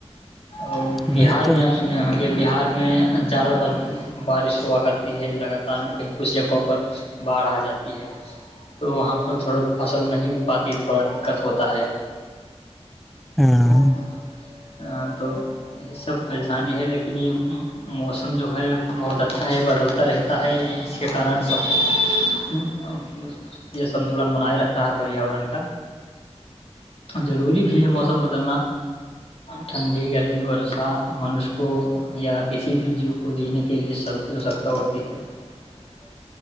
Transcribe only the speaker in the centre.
وہی تو
ہاں